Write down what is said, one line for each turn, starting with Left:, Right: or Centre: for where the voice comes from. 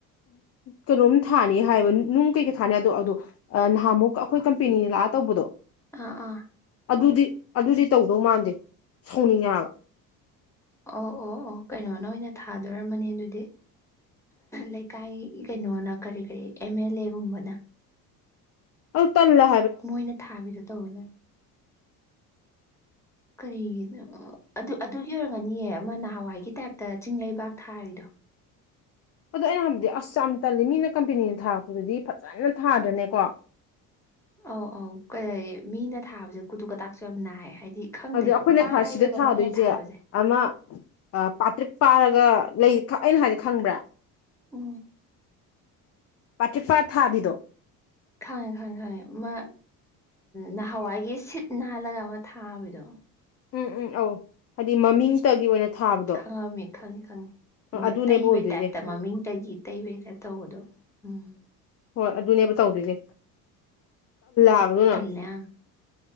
Left: ꯀꯩꯅꯣꯝ ꯊꯥꯅꯤ ꯍꯥꯏꯌꯦꯕ ꯅꯨꯡ ꯀꯩꯀꯩ ꯊꯥꯅꯤ ꯑꯗꯣ ꯑꯗꯣ ꯅꯍꯥꯟꯃꯨꯛ ꯑꯩꯈꯣꯏ ꯀꯝꯄꯦꯅꯤꯅ ꯂꯥꯛꯑ ꯇꯧꯕꯗꯣ
Centre: ꯑꯥ ꯑꯥ
Left: ꯑꯗꯨꯗꯤ ꯑꯗꯨꯗꯤ ꯇꯧꯗꯧ ꯃꯥꯟꯗꯦ ꯁꯣꯡꯅꯤꯡꯉꯦ ꯍꯥꯏꯕ
Centre: ꯑꯣ ꯑꯣ ꯑꯣ ꯀꯩꯅꯣꯅ ꯑꯣꯏꯅ ꯊꯥꯗꯣꯔꯝꯕꯅꯤ ꯑꯗꯨꯗꯤ ꯂꯩꯀꯥꯏ ꯀꯩꯅꯣꯅ ꯀꯔꯤ ꯀꯔꯤ ꯑꯦꯝ ꯑꯦꯜ ꯑꯦꯒꯨꯝꯕꯅ
Left: ꯑꯜ ꯇꯜ ꯍꯥ
Centre: ꯃꯣꯏꯅ ꯊꯥꯕꯤꯗꯣ ꯇꯧꯔꯨꯗꯔꯦ ꯀꯔꯤꯒꯤꯅ ꯑꯗꯨ ꯑꯗꯨꯒꯤ ꯑꯣꯏꯔꯒꯅꯤꯑ ꯑꯃ ꯅꯍꯥꯟꯋꯥꯏꯒꯤ ꯇꯥꯏꯞꯇ ꯆꯤꯡ ꯂꯩꯩꯕꯥꯛ ꯊꯥꯔꯤꯗꯣ
Left: ꯑꯗꯣ ꯑꯩꯅ ꯍꯥꯏꯕꯗꯤ ꯑꯁ ꯌꯥꯝꯅ ꯇꯜꯂꯤ ꯃꯤꯅ ꯀꯝꯄꯦꯅꯤꯅ ꯊꯥꯔꯛꯄꯗꯨꯗꯤ ꯐꯖꯅ ꯊꯥꯗ꯭ꯔꯅꯦꯀꯣ
Centre: ꯑꯧ ꯑꯧ ꯀꯔꯤ ꯃꯤꯅ ꯊꯥꯕꯁꯦ ꯀꯨꯗꯨꯨ ꯀꯇꯥꯛꯁꯨ ꯌꯥꯝ ꯅꯥꯏꯌꯦ ꯍꯥꯏꯗꯤ ꯈꯪꯗꯦ
Left: ꯑꯗꯨꯗꯤ ꯑꯩꯈꯣꯏꯅ
Centre: ꯄꯥꯏꯌꯦꯕ
Left: ꯁꯤꯗ ꯊꯥꯗꯣꯏꯁꯦ
Centre: ꯃꯣꯏꯅ ꯊꯥꯕꯁꯦ
Left: ꯑꯃ ꯄꯥꯇ꯭ꯔꯤꯛ ꯄꯥꯔꯒ ꯂꯩ ꯑꯩꯅ ꯍꯥꯏꯗ ꯈꯪꯕ꯭ꯔꯥ
Centre: ꯑꯣ
Left: ꯄꯥꯔꯇꯤꯐꯥꯔ ꯊꯥꯕꯤꯗꯣ
Centre: ꯈꯪꯉꯦ ꯈꯪꯉꯦ ꯈꯪꯉꯦ ꯃꯥ ꯅꯍꯥꯟꯋꯥꯏꯒꯤ ꯁꯤꯠ ꯅꯥꯜꯂꯒ ꯑꯃ ꯊꯥꯕꯤꯗꯣ
Left: ꯎꯝ ꯎꯝ ꯑꯧ ꯍꯥꯏꯗꯤ ꯃꯃꯤꯡꯇꯒꯤ ꯑꯣꯏꯅ ꯊꯥꯕꯗꯣ
Centre: ꯈꯪꯉꯝꯃꯤ ꯈꯪꯉꯤ ꯈꯪꯉꯤ
Left: ꯑꯗꯨꯅꯦꯕ
Centre: ꯇꯩꯕꯩ
Left: ꯑꯣꯏꯗꯣꯏꯁꯦ
Centre: ꯇꯥꯏꯞꯇ ꯃꯃꯤꯡꯇꯒꯤ ꯇꯩꯕꯩ ꯇꯥꯏꯞ ꯇꯧꯕꯗꯣ ꯎꯝ
Left: ꯍꯣꯏ ꯑꯗꯨꯅꯦꯕ ꯇꯧꯗꯣꯏꯁꯦ ꯍꯥꯏꯕꯗꯨꯅ
Centre: ꯇꯂ